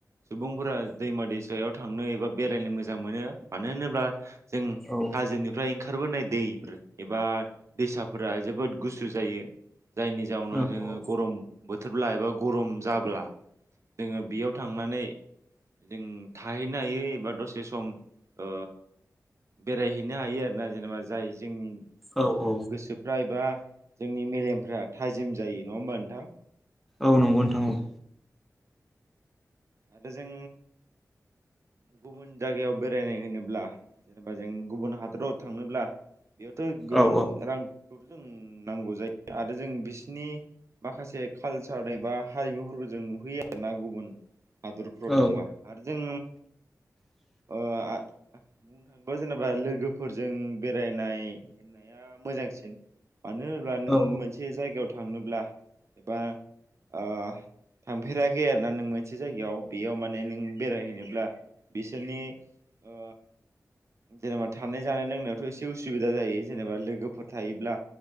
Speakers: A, on the right; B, in the centre.
A: सुबुंफोरा दैमा दैसायाव थांनो एबा बेरायनो मोजां मोनो मानो होनोब्ला जों
B: औ
A: हाजोनिफ्राय ओंखारबोनाय दैफोर एबा दैसाफोरा जोबोद गुसु जायो। जायनि जाउनाव
B: औ
A: जोङो
B: औ
A: गरम बोथोरब्ला एबा गरम जाब्ला जोङो बेयाव थांनानै जों थाहैनो हायै एबा दसे सम ओ बेरायहैनो हायो आरोना जेनेबा जाय जोंनि
B: औ औ
A: गोसोफ्रा एबा जोंनि मेलेमफ्रा थाजिम जायो नङा होमबा नोंथां
B: औ नंगौ नोंथां औ
A: आरो जों गुबुन जायगायाव बेरायनाय होनोब्ला जेनेबा जों गुबुन हादराव थांनोब्ला बेयावथ' गोबां
B: औ
A: रांफोरखौथ' जों नांगौ जायो आरो जों बिसिनि माखासे कालसार एबा हारिमुफोरखौ जों नुहैयो आरोना गुबुन हादरफोराव
B: औ
A: थांबा आरो जों
B: <inaudible>
A: अ आ बुंनो थाङोबा जेनेबा लोगोफोरजों बेरायनाय होननाय मोजांसिन मानो होनब्ला नों
B: औ
A: मोनसे जायगायाव थांनोब्ला एबा आ थांफेराखै आरोना नों मोनसे जायगायाव बेयाव माने बेरायहैनोब्ला बिसोरनि आ जेनेबा थानाय जानाय लोंनायावथ' एसे उसुबिदा जायो जेनेबा लोगोफोर थायोब्ला